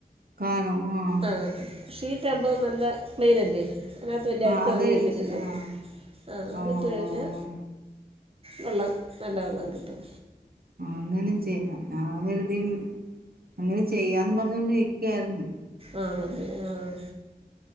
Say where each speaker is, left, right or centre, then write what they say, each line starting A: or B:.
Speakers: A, on the right (about 70°); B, on the right (about 35°).
A: കണം ആഹ്
B: ആഹ് ഷീറ്റ് ആവുമ്പം നല്ല ക്ലീനല്ലേ അതിനകത്ത് വലിയ അഴുക്ക്
A: ആഹ് അത്
B: തങ്ങി നിക്കത്തില്ലേ
A: ഇട്ട് ആഹ്
B: ആ അത്
A: ഓഹ്
B: ഇട്ട് കഴിഞ്ഞാ വെള്ളം നല്ല വെള്ളം കിട്ടും
A: അങ്ങനിം ചെയ്യാം ഞാൻ കരുതി അങ്ങനെ ചെയ്യാന്നും പറഞ്ഞോണ്ട് ഇരിക്യാരുന്നു
B: ആഹ് മതി ആഹ്